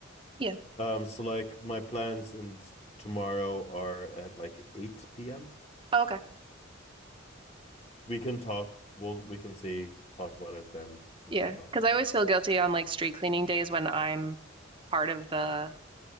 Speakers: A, on the right; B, on the left.
A: Yeah.
B: Um, so like my plans and tomorrow are at like 8 p.m.
A: Oh, okay.
B: We can talk, we'll we can see, talk about it then and
A: Yeah,
B: whatnot.
A: because I always feel guilty on like street cleaning days when I'm part of the